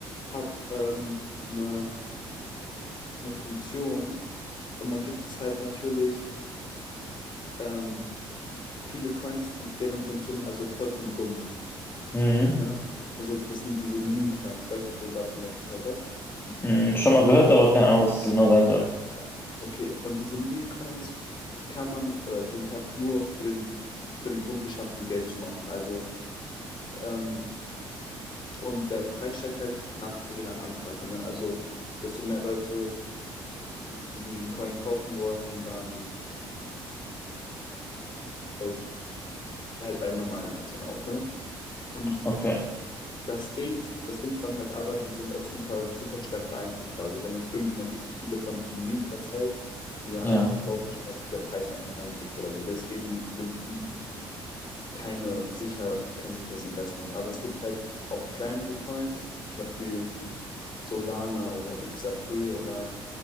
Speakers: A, on the left; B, on the left.
A: hat ähm, eine, eine Funktion und dann gibt es halt natürlich ähm, viele Coins, die, deren Funktion also vollkommen dumm ist.
B: Mhm.
A: Ne? Also das sind diese Meme-Coins. Ich weiß nicht, ob du davon was gehört hast.
B: Mhm. Schon mal gehört, aber keine Ahnung, was es genau sein soll.
A: Ja, ja. Okay, und diese Meme-Coins kann man oder sind einfach nur für den, für den Grund geschaffen, Geld zu machen. Also, ähm, und der Preis steigt halt nach, je nach Anfrage. Ne? Also, desto mehr Leute diesen Coin kaufen wollen, dann ist halt bei normalen Aktien auch, ne? Und
B: Okay,
A: das Ding, ist- das Ding ist dann halt aber, die sind auch super, super stark beeinflussbar. Also wenn jetzt irgendjemand richtig viele von diesen Meme-Coins hält und die dann
B: ja.
A: alle verkauft, kann sein, dass der Preis einfach einbricht oder so. Deswegen sind die keine sicher, kein sicheres Investment. Aber es gibt halt auch kleinere Coins, zum Beispiel Solana oder XRP oder